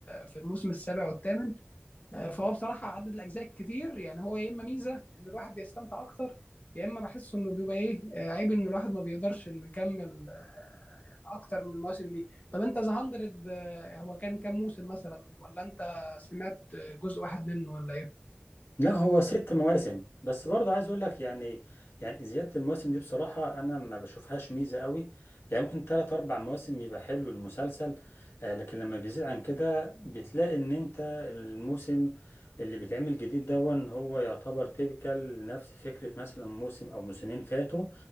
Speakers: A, on the left (about 40°); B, on the left (about 75°).
A: في الموسم السابع والثامن آه، فهو بصراحه عدد الاجزاء كتير يعني هو يا اما ميزه ان الواحد بيستمتع اكتر يا اما بحس انه بيبقى ايه آه، عيب ان الواحد ما بيقدرش انه يكمل آه، اكتر من المواسم دي طب انت ذا 100 هو كان كام موسم مثلا ولا انت سمعت آه، جزء واحد منه ولا ايه
B: لا هو ست مواسم بس برضه عايز اقول لك يعني يعني زيادة المواسم دي بصراحة انا ما بشوفهاش ميزة قوي يعني ممكن تلات اربع مواسم يبقى حلو المسلسل آه، لكن لما بيزيد عن كده بتلاقي ان انت الموسم اللي بيتعمل جديد دون هو يعتبر تيبيكال نفس فكرة مثلا موسم او موسمين فاتوا